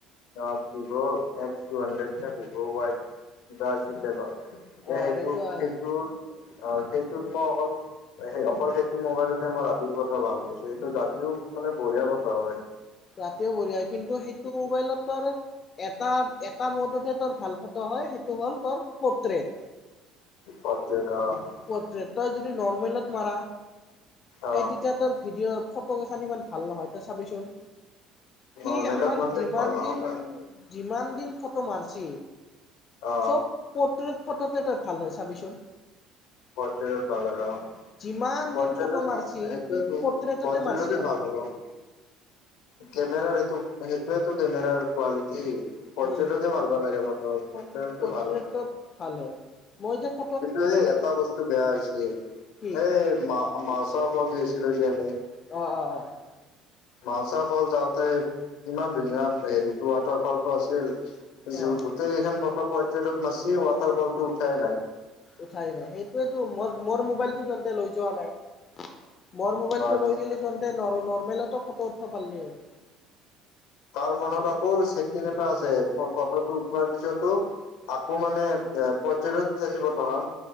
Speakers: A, on the left (about 80°); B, on the left (about 40°).
A: অহ' ভিভ' এক্স টু হাণ্ড্ৰেড নে ভিভ' ৱাই কিবা আছিলে বাৰু?
B: অ
A: এ সেইটো
B: এইটো অ
A: সেইটোত অ সেইটোত মই অকল সেই অকল সেইটো মোবাইলততে মই ৰাতিৰ ফটো ভাল পাইছোঁ। সেইটো ৰাতিও মানে বঢ়িয়া ফটো ওলাই।
B: ৰাতীও বঢ়িয়া হয়। কিন্তু সেইটো মোবাইলত তোৰ এটা এটা মডতে তোৰ ভাল ফটো হয়, সেইটো হ'ল তোৰ পৰ্ট্ৰেট।
A: পৰ্ট্ৰেট অহ'।
B: পৰ্ট্ৰেট, তই যদি নৰ্মেলত মাৰা।
A: অ
B: এই তেতিয়া তোৰ ভিডিঅ'ৰ ফটো কেইখন ইমান ভাল নহয়, তই চাবিছোঁন সি
A: নৰ্মেলত
B: আমাৰ
A: মানে
B: যিমান
A: ভাল নহ'ব
B: দিন- যিমান দিন ফটো মাৰছি
A: অ
B: চব পৰ্ট্ৰেট ফটোতে তই ভাল হয় চাবিছোঁন।
A: পৰ্ট্ৰেলত ভাল হয় অহ'।
B: যিমান
A: পৰ্ট্ৰেলত
B: দিন ফটো মাৰছি
A: ভাল, সেইটোৱেটো
B: সি পৰ্ট্ৰেটতে
A: পৰ্ট্ৰেলতে
B: মাৰছি আমাক
A: ভাল হব। কেমেৰাৰ এইটো সেইটোৱেটো কেমেৰাৰ কোৱালিটি। পৰ্ট্ৰেলতে
B: উম
A: মাৰবা লাগে ফটো। পৰ্ট্ৰেলতে
B: পৰ্ট্ৰেটত
A: ভাল হয় ফটো।
B: ভাল হয় মই যে ফ,
A: কিন্তু এই এটা বস্তু বেয়া হৈছিল
B: কি
A: এই মা মাছৰ ফল ধুইছিলোঁ যে আমি।
B: অহ, অহ। অহ
A: <unintelligible> যাওঁতে। ইমান ধুনীয়া হেৰিটো ৱাটাৰ ফলটো আছিল।
B: অ
A: যিও
B: অ
A: গোটেই কেইখন ফটো পৰ্ট্ৰেলট মাৰছি ৱাটাৰ ফলটো উঠাই নাই।
B: উঠাই নাই সেইটোৱেটো মোৰ মোৰ মোবাইলটো তেন্তে লৈ যোৱা নাই। মোৰ মোবাইলটো
A: অ
B: লৈ গেলি তহঁতে নৰ্মেলতো ফটো উঠবা পাললি হয়।
A: তাৰ ফোনত আকৌ চেকইন এটা আছে। ফটোটো উঠোৱাৰ পিছতো আকৌ মানে এ পৰ্টেলত থাকিবতো ভাল।